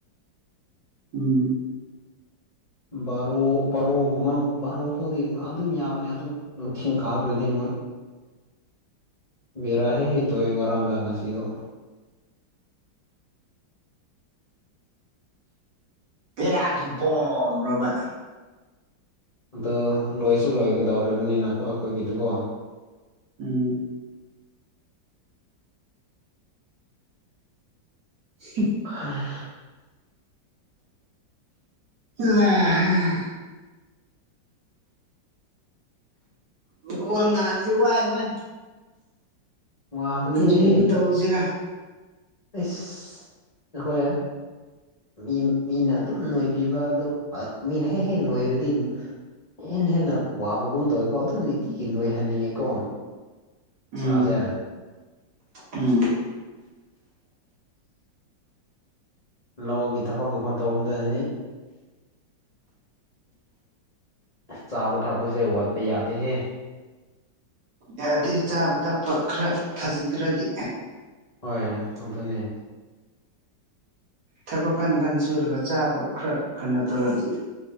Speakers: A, on the right (about 60°); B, on the left (about 45°).
A: ꯎꯝ
B: ꯕꯥꯔꯣ ꯕꯥꯔꯣꯒꯨꯝꯕ ꯕꯥꯔꯣꯐꯥꯎꯗꯤ ꯑꯗꯨꯝ ꯌꯥꯕꯅꯦ ꯑꯗꯨ ꯅꯨꯡꯊꯤꯟ ꯀꯥꯈ꯭ꯔꯗꯤ ꯃꯣꯏ
A: <inaudible>
B: ꯕꯦꯔꯥ ꯍꯦꯛ ꯍꯦꯛ ꯇꯧꯋꯦ ꯉꯔꯥꯡꯒ ꯉꯁꯤꯗꯣ
A: ꯄꯦꯔꯥꯒꯤ ꯕꫭꯝꯔꯕ
B: ꯑꯗꯨ ꯂꯣꯏꯁꯨ ꯂꯣꯏꯒꯗꯧꯔꯤꯕꯅꯤꯅꯀꯣ ꯑꯩꯈꯣꯏꯒꯤꯗꯨꯀꯣ
A: ꯎꯝ ꯎ <unintelligible>
B: ꯍꯥꯏ <unintelligible>
A: ꯂ <unintelligible> ꯂꯨꯀꫭꯟ ꯉꯥꯏꯕꯁꯤ ꯋꯥꯏ ꯋꯥꯏ
B: ꯋꯥꯕꯅꯤꯍꯦ
A: ꯀꯔꯤꯕꯨ ꯇꯧꯁꯤꯔꯥ
B: ꯑꯩꯁ ꯅꯈꯣꯏ ꯃꯤ ꯃꯤꯅ ꯑꯗꯨꯝ ꯅꯣꯏꯕꯤꯕ ꯑꯗꯨ ꯃꯤꯅ ꯍꯦꯛ ꯍꯦꯛ ꯅꯣꯏꯔꯗꯤ ꯍꯦꯟꯅ ꯍꯦꯟꯅ ꯋꯥꯕꯒꯨꯝ ꯇꯧꯋꯤꯀꯣ ꯑꯗꯨꯝ ꯅꯨꯡꯇꯤꯒꯤ ꯅꯣꯏꯍꯟꯅꯤꯡꯉꯤꯀꯣ
A: ꯎꯝ
B: ꯏꯁꯥꯁꯦ
A: ꯎꯝ
B: ꯂꯧꯒꯤ ꯊꯕꯛ ꯀꯨꯝꯕ ꯇꯧꯔꯝꯗꯥꯏꯗꯗꯤ ꯆꯥꯕ ꯊꯛꯄꯁꯦ ꯋꯥꯠꯄ ꯌꯥꯗꯦꯍꯦ
A: ꯌꯥꯗꯦ ꯆꯥꯕ ꯊꯛꯄ ꯈꯔ ꯐꯖꯗ꯭ꯔꯗꯤ
B: ꯍꯣꯏ ꯑꯗꯨꯅꯦ
A: ꯊꯕꯛ ꯀꯟ ꯀꯟ ꯁꯨꯔꯒ ꯆꯥꯕ ꯈꯔ ꯀꯩꯅꯣ ꯇꯧꯔꯗꯤ